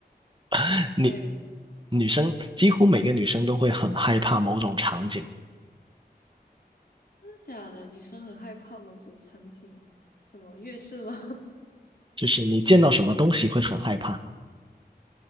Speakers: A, on the right; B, on the left.
A: <laughs> 女
B: 哎、
A: 女生几乎每个女生都会很害怕某种场景，
B: 真的假的？女生很害怕某种场景，什么月事吗？<laughs>
A: 就是你见到什么东西会很害怕，